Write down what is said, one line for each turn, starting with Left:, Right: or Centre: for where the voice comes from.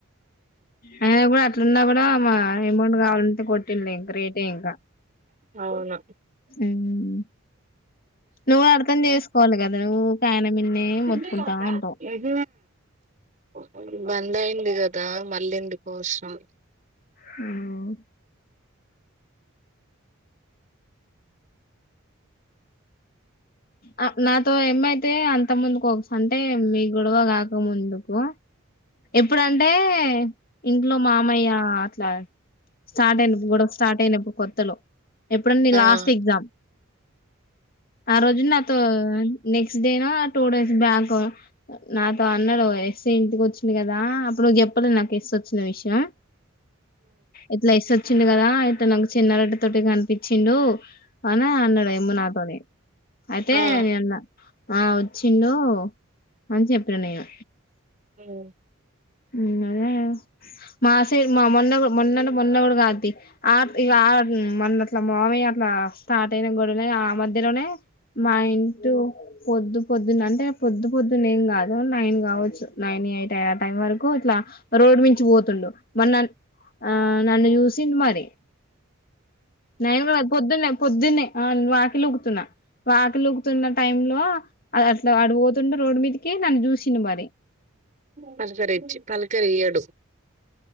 Left: అయినా కూడా అట్లున్నా కూడా మా అమౌంట్ కావాలంటే కొట్టిండు ఇంకా రేటే ఇంకా
Right: అవునా <inaudible>
Left: ఉమ్ నువ్వు కూడా అర్థం చేసుకోవాలి కదా ఊకె ఆయన మిన్నే మొత్తుకుంటా
Right: మ్మ్
Left: ఉంటావు
Right: హు బంధయింది కదా మల్లెందుకు వచ్చినావ్
Left: మ్మ్ ఆ నాతో ఎమ్మయితే అన్ అంతకముందు కొక్స్ అంటే మీ గొడవ కాక ముందుకు ఎప్పుడంటే ఇంట్లో మామయ్య అట్లా స్టార్ట్ అయినప్పుడు గొడవ స్టార్ట్ అయినప్పుడు కొత్తలో ఎప్పుడండి
Right: ఆ
Left: లాస్ట్ ఎగ్జామ్ ఆ రోజు నాతో నెక్స్ట్ క్స్ డే టూ డేస్ బ్యాక్ నాతో అన్నాడు ఎస్సై ఇంటికొచ్చి ఉంది కదా అప్పుడు నువ్వు చెప్పలే నాకు ఎస్ వచ్చిన విషయం ఎట్లా ఎస్ వచ్ వచ్చిండు కదా అయితే నాకు చిన్నరొడ్ తోటి కనిపిచ్చిండు అనా అన్నాడు ఎమ్మునాతోనే అయితే
Right: ఆ
Left: నే అన్న ఆ వచ్చిండు అని చెప్పానా నేను
Right: మ్మ్
Left: మ్మ్ అదే మాసై మా మొన్న కూ మొన్ననే మొన్న కూడా కాదు తీ ఆప్ ఇగ ఆ మొన్నట్లా మామ య్య అట్లా స్టార్ట్ అయిన గూడనే ఆ మధ్యలోనే మా ఇంటూ పొద్దు పొద్దున్న అంటే పొద్దు పొద్దున్న ఏం గాదు నైన్ గావచ్చు నైన్ నే అయితే ఆ టైమ్ వరకు కు అట్ల రోడ్ మించి ఓతుండు మరి నన్ ఆ నన్ను చూసిండు మరి నేను గుడ పొద్దున్నే పొద్దున్నే ఆ వాకిల్లో కూచ్చున్న వాకిల్లో కుచ్చోనిన్నా టైంలో అది అట్ల అడు ఓతుండే రోడ్డు మీదకి నన్ను చూసిండు మరి
Right: పలకరిచ్చి పలకరియ్యడు